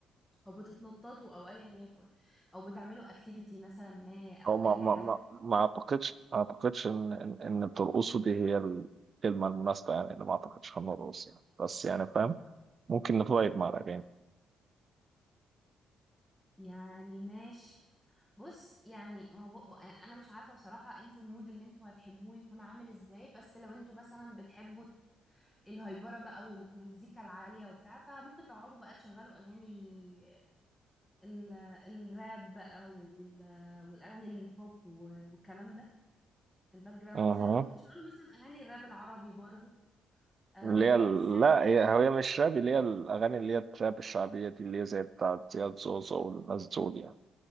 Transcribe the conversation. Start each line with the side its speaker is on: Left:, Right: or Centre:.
Centre: او بتتنططوا او ايا يكن او بتعملوا اكتيفيتي مثلا ما او
Right: هو ما
Centre: اي
Right: ما
Centre: حاجة
Right: ما ما اعتقدش ما اعتقدش ان ان إن بترقصوا دي هي الكلمه المناسبه يعني اللي ما اعتقدش هنرقص يعني بس يعني فاهم ممكن نفايب مع الاغاني
Centre: يعني ماشي بص يعني ما هو ب... ب- انا مش عارفه بصراحه انتوا المود اللي انتوا هتحبوه يكون عامل ازاي بس لو انتوا مثلا بتحبوا الهايبره بقى والمزيكا العاليه وبتاع فممكن تقعدوا بقى تشغلوا اغاني ال... الراب بقى وال... والاغاني البوب و... والكلام ده في الباك جراوند
Right: اها
Centre: خلوا تشغلوا مثلا اغاني الراب العربي برضو أه
Right: اللي هي
Centre: بحس
Right: ال-
Centre: يعني
Right: لا هي
Centre: هو
Right: هي مش راب اللي هي الاغاني اللي هي التراب الشعبيه دي اللي هي زي بتاعت زياد زوزو والناس دول يعني